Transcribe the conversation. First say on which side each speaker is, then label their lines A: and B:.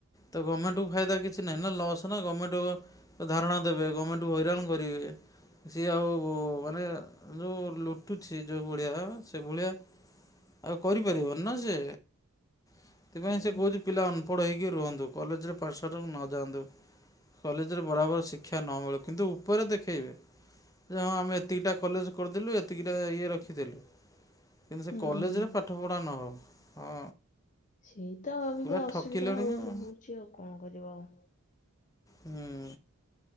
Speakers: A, on the left (about 15°); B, on the left (about 35°).
A: ତ ଗମେଣ୍ଟକୁ ଫାଇଦା କିଛି ନାହିଁ ନା ଲସ୍ ନା ଗମେଟକୁ ତ ଧାରଣା ଦେବେ ଗମେଣ୍ଟକୁ ହଇରାଣ କରିବେ। ସିଏ ଆଉ ମାନେ ଯୋଉ ଲୁଟୁଛି ଯୋଉ ଭଳିଆ ସେ ଭଳିଆ ଆଉ କରିପାରିବନି ନା ସେ, ସେଥିପାଇଁ
B: ହୁଁ।
A: ସେ କହୁଛି ପିଲା ଅନପଢ ହେଇକି ରୁହନ୍ତୁ କଲେଜରେ ପାଠଶାଠକୁ ନଯାଆନ୍ତୁ। କଲେଜରେ ବରାବର ଶିକ୍ଷା ନ ମିଳୁ କିନ୍ତୁ ଉପରେ ଦେଖେଇହେବେ। ଯେ ହଁ ଆମେ ଏତିକିଟା କଲେଜ କରିଦେଲୁ, ଏତିକିଟା ଇଏ ରଖିଦେଲୁ। କିନ୍ତୁ ସେ
B: ହୁଁ।
A: କଲେଜରେ ପାଠପଢ଼ା ନ ହଉ। ହଁ
B: ସେଇ ତ ଅବିକା
A: ପୁରା ଠକିଲେଣି
B: ଅସୁବିଧା ହଉଛି
A: ଆଉ
B: ହୁଉଛି ଆଉ କଣ କରିବ ଆଉ।
A: ହୁଁ